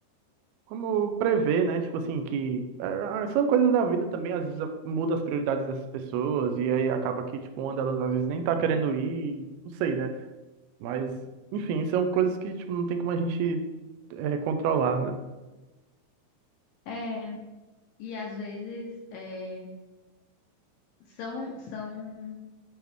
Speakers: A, on the right; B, on the left.
A: Como prever, né? Tipo assim, que é, é, são coisas da vida também, às vezes a- muda as prioridades dessas pessoas, e aí acaba que, tipo, uma delas às vezes nem tá querendo ir, não sei, né? Mas, enfim, são coisas que, tipo, não tem como a gente é, controlar, né?
B: É, e às vezes é, são, são